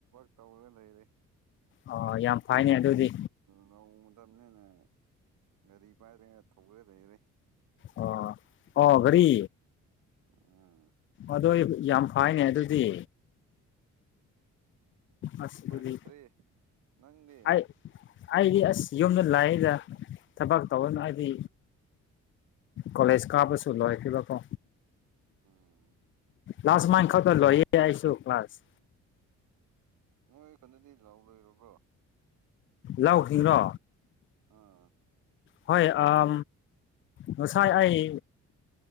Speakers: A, on the right (about 80°); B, on the left (about 40°).
A: ꯇꯧꯔꯒ ꯂꯩꯔꯦ
B: ꯑꯣ ꯌꯥꯝ ꯐꯩꯅꯦ ꯑꯗꯨꯗꯤ
A: ꯅ ꯃꯇꯝꯅꯤꯅꯤꯅ ꯒꯥꯔꯤ ꯄꯥꯏꯗꯒ ꯊꯧꯧꯕꯒ ꯂꯩꯔꯦ
B: ꯑꯣ ꯑꯣ ꯔꯤ
A: ꯎꯝ
B: ꯑꯗꯨꯣ ꯌꯥꯝ ꯐꯥꯏꯅꯦ ꯑꯗꯨꯗꯤ ꯑꯁ
A: ꯑ ꯐꯥꯏꯟ
B: ꯑꯗꯨꯗꯤ
A: ꯑꯥꯏꯇꯔꯤ ꯅꯪꯅꯤ
B: ꯑꯩ ꯑꯩꯗꯤ ꯑꯁ ꯌꯨꯝꯗ ꯂꯥꯛꯏꯗ ꯊꯕꯛ ꯇꯧꯔꯅ ꯑꯩꯗꯤ ꯀꯣꯂꯦꯖ ꯀꯥꯕꯨꯁꯨ ꯂꯣꯏꯈꯤꯕꯥꯀꯣ
A: ꯎꯝ
B: ꯂꯥꯁ ꯃꯥꯏ ꯈꯛꯇ
A: ꯅꯣꯏ
B: ꯂꯣꯏꯌꯦ ꯑꯩꯁꯨ ꯀ꯭ꯂꯥꯁ
A: ꯅꯣꯏ ꯈꯨꯟꯗꯗꯤ ꯂꯧ ꯂꯣꯏꯔꯕ꯭ꯔꯣ
B: ꯂꯧꯈꯤꯡꯔꯣ
A: ꯑꯥ
B: ꯍꯣꯏ ꯑꯥ ꯉꯁꯥꯏ ꯑꯩ